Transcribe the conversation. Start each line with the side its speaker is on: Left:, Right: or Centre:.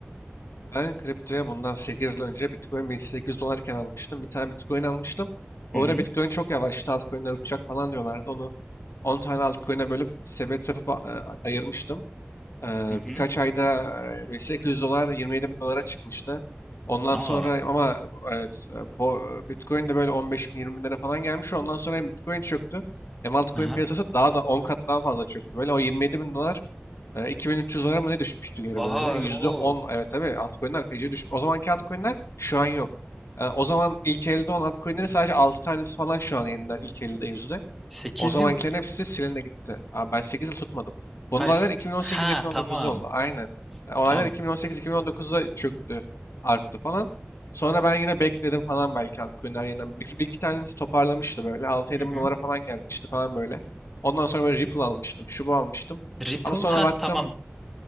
Left: Ben kriptoya bundan 8 yıl önce Bitcoin 1800 dolarken almıştım. Bir tane Bitcoin almıştım.
Centre: Hı
Left: O
Centre: hı.
Left: ara Bitcoin çok yavaştı. Altcoin'ler uçacak falan diyorlardı. Onu 10 tane altcoin'e bölüp sepet yapıp a- a- ayırmıştım. Eee,
Centre: Hı hı.
Left: birkaç ayda eee, 800 dolar 27 bin dolara çıkmıştı. Ondan
Centre: Aa.
Left: sonra ama evet e, bo, Bitcoin de böyle 15 bin 20 binlere falan gelmiş. Ondan sonra hem Bitcoin çöktü hem altcoin
Centre: Aha.
Left: piyasası daha da 10 kat daha fazla çöktü. Böyle o 27 bin dolar e, 2300 dolara mı ne düşmüştü geri
Centre: Aha.
Left: böyle. %10
Centre: o
Left: evet tabii altcoinler feci düşmüş. O zamanki altcoinler şu an yok. E, o zaman ilk elde olan altcoinlerin sadece 6 tanesi falan şu an yeniden ilk elde yüzde.
Centre: 8
Left: O zamankilerin
Centre: yıl.
Left: hepsi de silindi gitti. Abi ben 8 yıl tutmadım. Bu
Centre: Hayır.
Left: olaylar
Centre: st-
Left: 2018-2019'da
Centre: Ha tamam.
Left: oldu. Aynen. Yani Olaylar
Centre: Tamam.
Left: 2018-2019'da çöktü, arttı falan. Sonra ben yine bekledim falan belki altcoin'ler yeniden. Bir, bir iki tanesi toparlamıştı böyle. 6-7
Centre: Hı
Left: bin
Centre: hı.
Left: dolara falan gelmişti falan böyle. Ondan sonra böyle Ripple almıştım. Şu bu almıştım.
Centre: Ripple
Left: Ama sonra
Centre: ha
Left: baktım.
Centre: tamam.